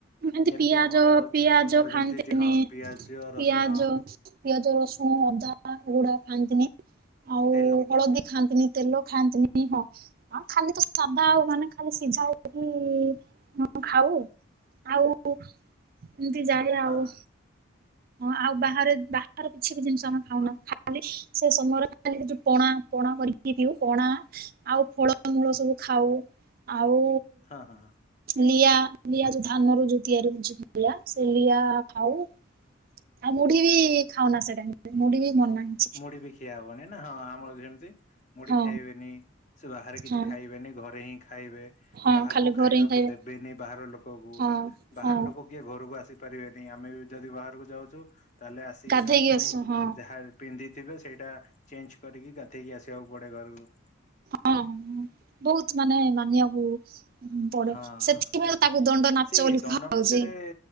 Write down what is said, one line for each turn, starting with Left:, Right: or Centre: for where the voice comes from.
Right: ଏତି
Left: ଯେମିତି
Right: ପିଆଜ
Left: ଆମର
Right: ପିଆଜ
Left: ଆମର
Right: ଖାଆନ୍ତିନି
Left: ଯେମିତି ଅଛି ହଁ ପିଆଜ ରସୁଣ
Right: ପିଆଜ। ପିଆଜ, ରସୁଣ, ଅଦା ଏଗୁଡା ଖାଆନ୍ତିନି ଆଉ
Left: ତେଲ
Right: ହଳଦୀ ଖାଆନ୍ତିନି। ତେଲ ଖାଆନ୍ତିନି ହଁ ଖାଲି ତ ସାଦା ଆଉ ମାନେ ଖାଲି ସିଝା ହେକି ହଁ ଖାଉ ଆଉ ଏମିତି ଜାଣ
Left: ହଁ
Right: ଆଉ
Left: ହଁ
Right: ହଁ ଆଉ ବାହାରେ ବାହହାର କିଛି ବି ଜିନିଷ ଆମେ ଖାଉନା ଖାଲି ସେ ସମୟ ଉ ପଣା ପଣା କରିକି ପିଉ ପଣା ଆଉ ଫଳମୂଳ ସବୁ ଖାଉ ଆଉ
Left: ହଁ ହଁ
Right: ଲିଆ ଲିଆ ଯୋଉ ଧାନ ର ଯୋଉ ତିଆରି ହଉଛି ଲିଆ ସେ ଲିଆ ଖାଉ ଆଉ ମୁଢି ବି ଖାଉନା ସେଟାଇ ମୁଢି ବି ମନ ନାହିଁ।
Left: ମୁଢି ବି ଖିଆ ହବନି ନା ହଁ ଆମର ଯେମିତି ମୁଢି
Right: ହଁ
Left: ଖାଇବେନି ସେ ବାହାରେ କିଛି
Right: ହଁ
Left: ଖାଇବେନି ଘରେ ହିଁ ଖାଇବେ।
Right: ହଁ
Left: କାହାକୁ
Right: ଖାଲି
Left: ଖାଇବାକୁ
Right: ଘରେ ହିଁ ଖାଇବେ
Left: ଦେବେନି ବାହାର ଲୋକକୁ।
Right: ହଁ
Left: ବାହାର
Right: ହଁ
Left: ଲୋକ କିଏ ଘରକୁ ଆସି ପାରିବେନି ଆମେ ବି ଯଦି ବାହାରକୁ ଯାଉଛୁ ତାହେଲେ ଆସିକିନା
Right: ଗାଧେଇକି
Left: ପୁଣି
Right: ଆସୁ ହଁ
Left: ଯାହା ପିନ୍ଧିଥିବେ ସେଇଟା ଚେଞ୍ଜ କରିକି ଗାଧେଇକି ଆସିବାକୁ ପଡେ ଘରକୁ
Right: ହଁ ବହୁତ ମାନେ ମାନିବାକୁ ହ ପଡେ
Left: ହଁ
Right: ସେଥିପାଇଁ
Left: ହଁ
Right: ତାକୁ ଦଣ୍ଡ ନାଚ
Left: ସେ
Right: ବୋଲି
Left: ଦଣ୍ଡ
Right: କୁହାଯାଉଛି।
Left: ନାଚରେ